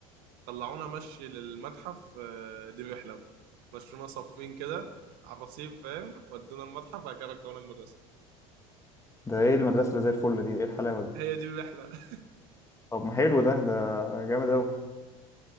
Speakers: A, on the right; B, on the left.
A: طلعونا مشي للمتحف آه، دي الرحلة بقى مشونا صفين كده على الرصيف فاهم ودونا المتحف بعد كده رجعونا المدرسة
B: ده ايه المدرسة اللي زي الفل دي ايه الحلاوة دي
A: هي دي الرحلة <laughs>
B: طب ما حلو ده ده جامد اوي